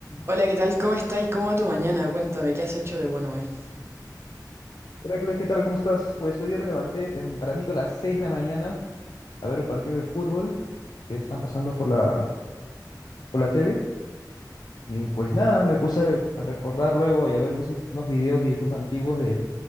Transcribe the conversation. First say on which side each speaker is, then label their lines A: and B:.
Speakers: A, on the right; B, on the left.
A: Hola, ¿qué tal? ¿Cómo estás? ¿Cómo va tu mañana? Cuéntame, ¿qué has hecho de bueno hoy?
B: Heracles, ¿qué tal? ¿Cómo estás? Pues hoy día me levanté tempranito a las 6 de la mañana a ver un partido de fútbol que están pasando por la, por la tele. Y pues nada, me puse a recordar luego y a ver unos, unos videos de YouTube antiguos de,